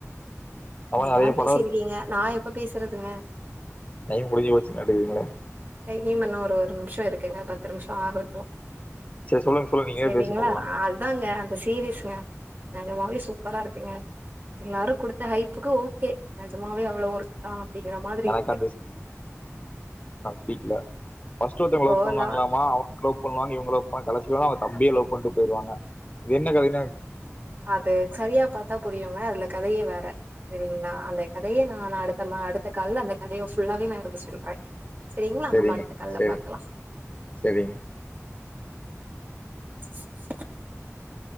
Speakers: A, on the left; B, on the right.
A: அந்த மாதிரி
B: நீங்கலாம்
A: நிறைய
B: பேசிருக்கீங்க
A: படம் இருக்கு
B: நான் எப்ப பேசுறதுங்க
A: டையம் முடிஞ்சு போச்சுலாட்டுக்கு மேடம்
B: இன்னும் பன்னா ஒரு ஒரு நிமிஷம் இருக்குங்க பத்து நிமிஷம் ஆகட்டும்
A: சரி சொல்லுங்க சொல்லுங்க நீங்களே
B: சரிங்களா
A: பேசுங்க போலாம்
B: அதுதாங்க அந்த சீரியஸ் ஷா நல்ல மாழி சூப்பரா இருக்குங்க எல்லாரும் கொடுத்த ஹைப்புக்கு ஓகே நிஜமாவே அவ்வளவு ஒருத்தா அப்புடிங்கிற மாதிரி
A: எனக்கு
B: இருக்கு
A: வீடீடுலா பஸ்ட் ஒருத்தவங்கள
B: இப்போ
A: லவ் பண்ணுனங்களாம
B: லா
A: அவுங்க லவ் பண்ணுறாங்க இவுங்க லவ் பண்ணுறாங்க கடைசில அவ தம்பியா லவ் பண்ணிட்டு போயிவாங்க இது என்ன கதன்னு
B: அது சரியா பார்த்தா புரியவங்க அதுல கதையே வேற சரிங்களா அந்த கதையை நான் அடுன் நம்ம அடுத்த கால அந்த கதையோ புல்லாவே நா <unintelligible> சொல்றேன் சரிங்களா
A: சரிங்க
B: நம்ம அடுத்த கால்ல
A: சரி
B: பாக்கலாம்
A: சரிங்க
B: ச்சு